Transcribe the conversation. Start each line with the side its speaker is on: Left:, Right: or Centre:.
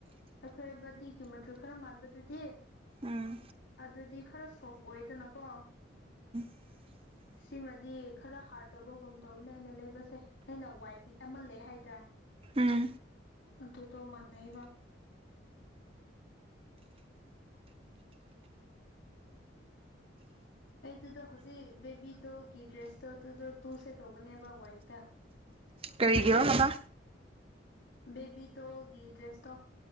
Left: ꯑꯈꯣꯏ ꯕꯗꯤꯒꯤ ꯃꯆꯨ ꯈꯔ ꯃꯥꯟꯕꯗꯨꯗꯤ
Right: ꯎꯝ
Left: ꯑꯗꯨꯗꯤ ꯈꯔ ꯁꯣꯐ ꯑꯣꯏꯗꯅꯀꯣ
Right: <inaudible>
Left: ꯁꯤꯃꯗꯤ ꯈꯔ ꯍꯥꯔꯠ ꯇꯧꯕꯒꯨꯝ ꯇꯧꯕꯅꯦ ꯑꯩꯅ ꯂꯩꯕꯁꯦ ꯑꯩꯅ ꯋꯥꯏꯠ ꯑꯃ ꯂꯩ ꯍꯥꯏꯗ꯭ꯔꯥ
Right: ꯎꯝ
Left: ꯑꯗꯨꯗꯣ ꯃꯟꯅꯩꯕ ꯑꯩꯗꯨꯗꯣ ꯍꯧꯖꯤꯛ ꯕꯦꯕꯤ ꯗꯣꯒꯤ ꯗ꯭ꯔꯦꯁꯇꯣ ꯑꯗꯨꯗꯣ ꯇꯨꯁꯦ ꯇꯧꯕꯅꯦꯕ ꯋꯥꯏꯠꯇ
Right: ꯀꯔꯤꯒꯤꯔꯣꯟ ‌ꯑꯥꯕ
Left: ꯕꯦꯕꯤꯗꯣꯜꯒꯤ ꯗ꯭ꯔꯦꯁꯇꯣ